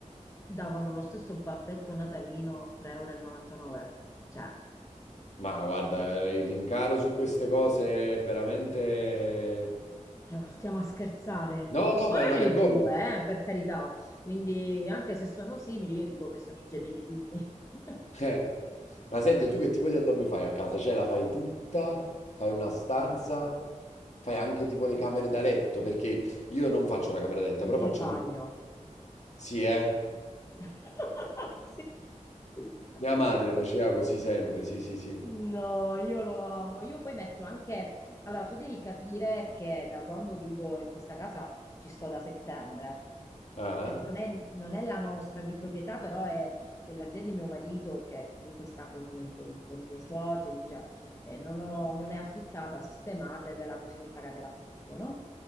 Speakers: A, on the left; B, on the left.
A: davano lo stesso babbetto natalino 3,99 euro. e novantanove. Cioè,
B: ma guarda, eh, il rincaro su queste cose è veramente...
A: stiamo stiamo a scherzare.
B: No, no,
A: Ora
B: ma è una
A: ne
B: vergogna.
A: ho due, eh, per carità. Quindi, anche se sono simili, io dico che sono i gemellini. <laughs>
B: Eh. Ma senti, tu che tipo di addobbi fai a casa? Cioè, la fai tutta? Fai una stanza? Fai anche tipo le camere da letto? Perché io non faccio la camera da letto,
A: Anche
B: però faccio
A: il bagno.
B: l'in... Sì, eh?
A: <laughs> Sì.
B: Mia madre faceva così sempre, sì, sì, sì.
A: No, io lo amo. Io poi metto anche... Allora, tu devi capire che da quando vivo in questa casa ci sto da settembre,
B: Ah,
A: che non è, non è la nostra di proprietà, però è dell'azienda di mio marito che comunque sta con i, con i- con i miei suoceri, dice eh, non ho- non è affittata, sistematevela così non pagate l'affitto, no?